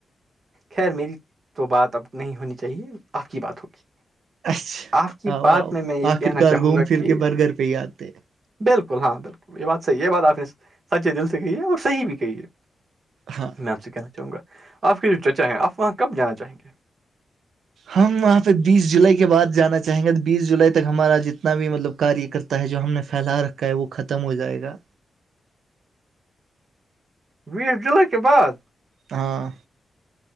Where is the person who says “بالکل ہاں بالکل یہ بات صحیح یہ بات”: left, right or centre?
Right